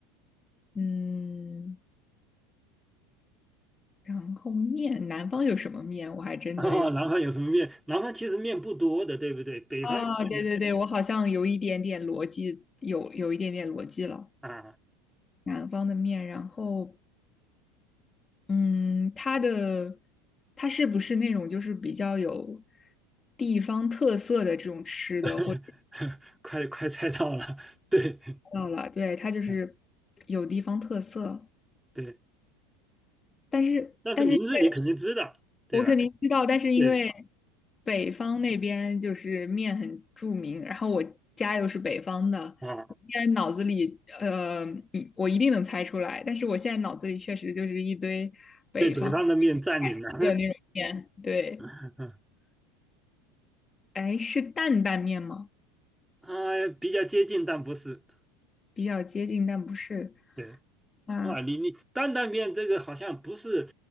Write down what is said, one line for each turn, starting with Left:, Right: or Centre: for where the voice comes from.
Left: 嗯，然后面，南方有什么面？我还真的有
Centre: 哦，南方有什么面？南方其实面不多的，对不对？北方的面
Left: 啊，对对对，我好像有一点点逻辑，有有一点点逻辑了。
Centre: 啊。
Left: 南方的面，然后，嗯，它的它是不是那种就是比较有地方特色的这种吃的，
Centre: <laughs>
Left: 或者
Centre: 快快猜到了，<laughs> 对，
Left: 到了，对，它就是
Centre: 嗯
Left: 有地方特色。
Centre: 对，
Left: 但是但是因为
Centre: 但是名字你肯定知道，对吧？
Left: 我肯定知道，但是因为
Centre: 对
Left: 北方那边就是面很著名，然后我家又是北方的，
Centre: 啊，
Left: 我现在脑子里呃，一我一定能猜出来，但是我现在脑子里确实就是一堆北方
Centre: 被北方的面占领了，
Left: 的那种面，对，
Centre: <laughs>
Left: 哎，是担担面吗？
Centre: 啊，比较接近，但不是，
Left: 比较接近，但不是，
Centre: 对
Left: 啊，
Centre: 啊，你你担担面这个好像不是，